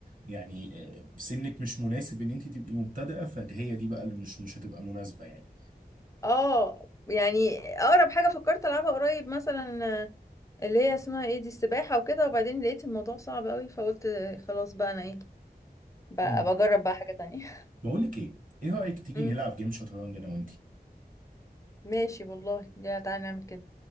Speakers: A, on the right; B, on the left.
A: يعني آه، سنك مش مناسب ان انت تبقي مبتدئة فهي دي بقى اللي مش مش هتبقى مناسبة يعني
B: اه يعني اقرب حاجه فكرت العبها قريب مثلا آه، اللي هي اسمها ايه دي السباحه وكده وبعدين لقيت الموضوع صعب قوي فقلت آه، خلاص بقى انا ايه بقى
A: مم.
B: بجرب بقى حاجه تانية <laughs>
A: بقول لك ايه ايه رأيك تيجي
B: امم
A: نلعب جيم شطرنج انا وانت
B: ماشي والله يا تعالى نعمل كده